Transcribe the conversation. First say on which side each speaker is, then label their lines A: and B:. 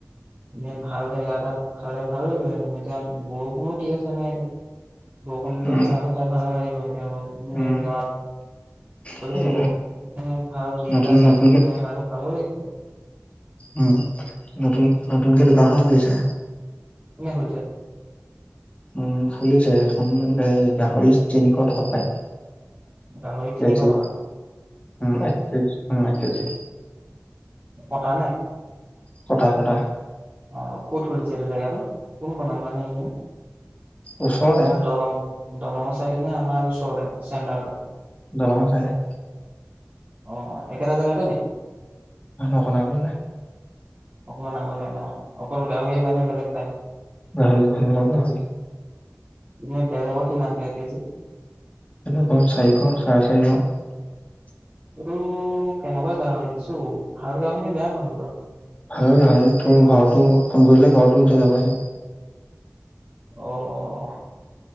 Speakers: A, on the right (about 30°); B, on the left (about 25°).
A: ইনে ভাল জেগা এটাত খালে ভাল লাগিলে হেতেঁন। এতিয়া বৰষুণো দি আছে নহয় এতিয়া। বৰষুণ দিলেও
B: উম,
A: খানাটো খাই ভাল নালাগিব। এতিয়া
B: উম,
A: এ, ল'ৰা ভালেই
B: সেই
A: হ'ব। ভাল দিন
B: নতুন
A: এটা চাই
B: নতুনকে
A: লৈ পেলাই খানাটো খাব লাগিব।
B: উম, নতুন-নতুনকে দোকান এখন খুলিছে।
A: কোনে খুলিছে?
B: উম খুলিছে এখন হেৰি গাহৰি তিনিশ টকাত পায়।
A: গাহৰি
B: কেজি
A: তিনিশ টকাত?
B: উম এক কেজ-এক কেজি।
A: কটানে?
B: কটা কটা
A: অ' ক'ত খুলিছে এইটো জেগাত? ক'ত কোনখনত মানে এনে,
B: ওচৰতে
A: আমাৰ দলং দলঙৰ চাইদত সেইপিনে আমাৰ ওচৰতে। চেণ্টাৰতে
B: দলঙৰ চাইদে।
A: অ' একেটা জেগাতে নি?
B: অকন আগলে।
A: অকমান আগলে ন। অকল গাহৰি পায় নে বেলেগ পায়?
B: গাহৰি-গাহৰি অকল গাহৰি।
A: এনেই বেলেগত কিমানকে এককেজিত।
B: এনে ধৰ চাৰিশ চাৰে চাৰিশ।
A: এইটো কেনেকোৱা গাহৰি দিছে ঔ ভাল গাহৰি নে বেয়া গাহৰি বাৰু?
B: হয় হয় তোৰ ঘৰটো ফোন কৰিলে ঘৰটো দিথৈ যাবহি।
A: অ'